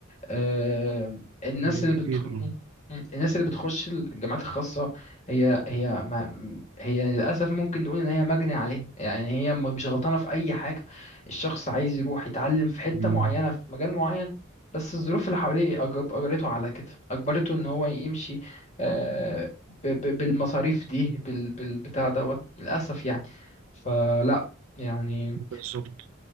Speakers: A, on the left; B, on the right.
A: آه، الناس
B: ايوه
A: اللي بتخ...
B: اكيد آه.
A: م- م- الناس اللي بتخش الجامعات الخاصة هي هي ما... هي للأسف ممكن نقول إن هي مجني عليها يعني هي م- مش غلطانة في أي حاجة الشخص عايز يروح يتعلم في حتة
B: مم.
A: معينة في مجال معين بس الظروف اللي حواليه أجب... أجبرته على كده أجبرته إن هو يمشي آه، ب... ب... بالمصاريف دي بال... بالبتاع دوت للأسف يعني فلا يعني
B: بالظبط